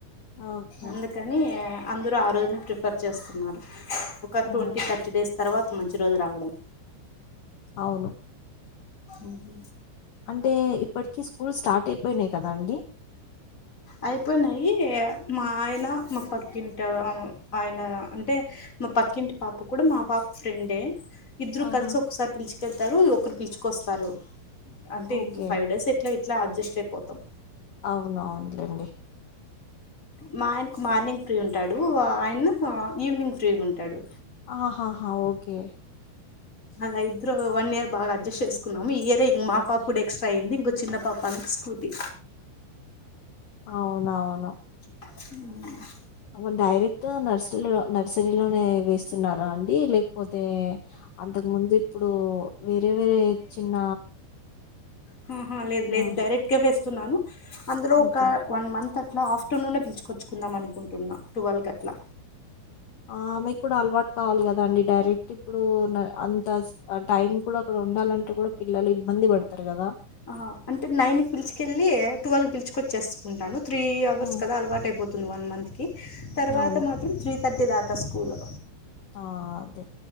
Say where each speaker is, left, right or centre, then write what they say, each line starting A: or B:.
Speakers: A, on the left; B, on the left.
A: ఓకే
B: అందుకని అందరూ ఆ రోజున ప్రిఫర్ చేస్తున్నారు ఒక
A: ఆ
B: ట్వంటీ థర్టీ డేస్ తర్వా తి మంచి రోజు రావడం
A: అవును
B: ఊహూ
A: అంటే ఇప్పటికీ స్కూల్స్ స్టార్ట్ అయిపోయినాయి కదండి
B: అయిపోయినాయి మా ఆయన మా పక్కింటివన్ ఆయన అంటే మా పక్కింటి పాప కూడా మా పాప ఫ్రెండే ఇద్దురూ
A: ఆహా
B: కలిసి ఒకసారి పిలుచుకెళ్తారు ఒకరు పిలుచుకొస్తారు అంటే
A: ఓకే
B: ఈ ఫైవ్ డేస్ ఎట్లై ట్లా అడ్జస్ట్ అయిపోతాం
A: అవునవునులేండి
B: మా ఆయనకు మార్నింగ్ ఫ్రీ ఉంటాడు ఆయన ఈవినింగ్ ఫ్రీ ఉంటాడు
A: ఆహాహా ఓకే
B: అలా ఇద్దరూ వన్ ఇయర్ బాగా అడ్జస్ట్ చేసుకున్నాము ఈ ఇయరే ఇంగ్ మా పాప కూడా ఎక్స్ట్రా అయ్యింది ఇంకొ చిన్న పాప అందుకు స్కూటీ
A: అవునవును
B: ఊ
A: ఔ డైరెక్ట్ నర్సరిలో నర్సరి లోనే వేస్తున్నారా అండి లేకపోతే అంతకు ముందు ఇప్పుడు వేరే వేరే చిన్న
B: హూహా లేదు
A: ఆ
B: లేదు డైరెక్ట్ కే వేస్తున్నాను అందులో ఒక
A: ఓకే
B: వన్ మంత్ అ ట్లా ఆఫ్టర్నూనే పిల్చుకొచ్చుకుందాం అనుకుంటున్నా టువల్ కట్లా
A: ఆమెకి కూడా అలవాటు కావాలి కదండి డైరెక్ట్ ఇప్పుడు అంత టైం కూడా అక్కడు ఉండాలంటే కూడా పిల్లలు ఇబ్బంది పడతారు కదా
B: ఆ అంటే నైన్ి పిలిచుకెళ్ళి ట్వెల్వ్ పిలుచుకొచ్చేసుకుంటారు త్రీ అవర్స్
A: ఉమ్,
B: కదా అలవాట్ అయిపోతుంది వన్ మంత్ కి తర్వాత
A: అవును
B: మాత్రం త్రి తర్ టి దాకా స్కూలు
A: ఆ అదే